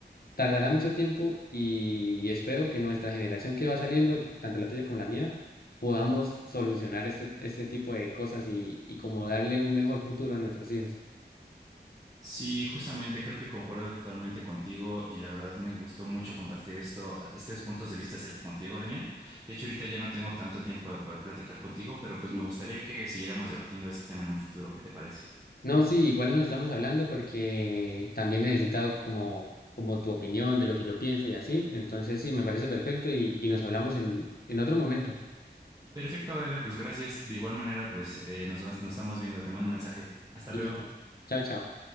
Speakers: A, on the left; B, on the right.
A: tardará mucho tiempo y, y espero que nuestra generación que va saliendo, tanto la tuya como la mía, podamos solucionar este, este tipo de cosas y, y como darle un mejor futuro a nuestros hijos.
B: Sí, justamente creo que concuerdo totalmente contigo y la verdad me gustó mucho compartir esto, a- estos puntos de vista acerca contigo, Daniel. De hecho, ahorita ya no tengo tanto tiempo de poder platicar contigo, pero pues me gustaría que siguiéramos debatiendo este tema en un futuro. ¿Qué te parece?
A: No, sí, igual nos estamos hablando porque también necesitado como, como tu opinión de lo que yo pienso y así. Entonces, sí, me parece perfecto y, y nos hablamos en, en otro momento.
B: Perfecto, Daniel, pues gracias. De igual manera, pues eh, nos, vas- nos estamos viendo. Te mando un mensaje. Hasta
A: Listo.
B: luego.
A: Chao, chao.